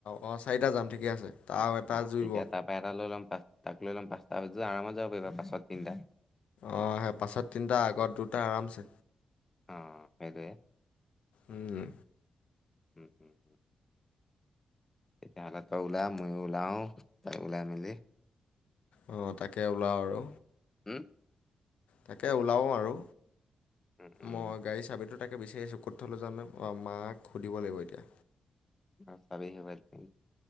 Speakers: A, on the left; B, on the left.
A: অহ চাৰিটা যাম ঠিকে আছে। আৰু এটা
B: অ',
A: জুৰিব
B: তেতিয়া তাৰ পৰা এটা লৈ ল'ম পাঁচ তাক লৈ লম পাঁচটা হৈ আৰামত যাব পাৰিবা পাছত তিনটা।
A: অ', সেই পাছত তিনিটা আগত দুটা আৰামছে।
B: অ' এইটোৱে।
A: উম
B: উম, উম। তেতিয়াহ'লে তই ওলা মই ওলাও তাৰ পিছত ওলাই মেলি
A: আহ তাকে ওলাও আৰু।
B: হম?
A: তাকে ওলাওঁ আৰু
B: উম, উম,
A: মই গাড়ী চাবিতো তাক তাকে বিচাৰি আছো ক'ত থলো জানো মাক সুধিব লাগিব এতিয়া।
B: অ', চাবি হেৰুৱাই <unintelligible>